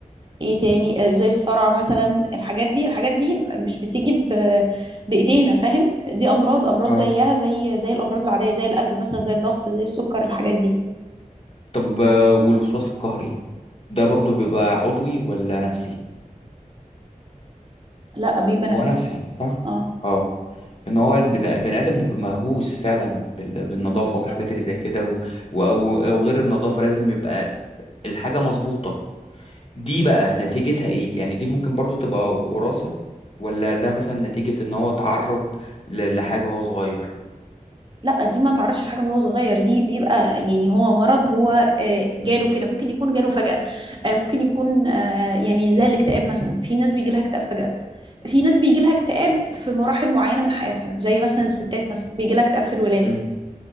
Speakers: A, on the right; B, on the left.
A: ايه تاني آه، زي الصرع مثلا الحاجات دي الحاجات دي مش بتيجي ب- بايدينا فاهم دي امراض امراض
B: اه
A: زيها زي زي الامراض العادية زي القلب مثلا زي الضغط زي السكر الحاجات دي
B: طب ب- والوسواس القهري ده برضو بيبقى عضوي ولا نفسي
A: لا بيبقى نفسي
B: هو نفسي صح
A: اه
B: اه ان هو البني بني ادم بيبقى مهووس فعلا بال- بالنظافه
A: بالظبط
B: والحاجات اللي زي كده و- و- او أو غير النظافه لازم يبقى الحاجه مظبوطه دي بقى نتيجتها ايه يعني دي ممكن برضو تبقى وراثة ولا ده مثلا نتيجة ان هو اتعرض ل- لحاجة وهو صغير
A: لا دي ما تعرضش لحاجه وهو صغير دي بيبقى يعني هو مرض هو آه، جاله
B: مم،
A: كده ممكن يكون جاله فجأة آه، ممكن يكون آه، يعني زي الاكتئاب مثلا في ناس بيجي لها اكتئاب فجأة في ناس بيجي لها اكتئاب في مراحل معينه من حياتها زي مثلا الستات مثلا بيجي لها اكتئاب في الولاده
B: مم،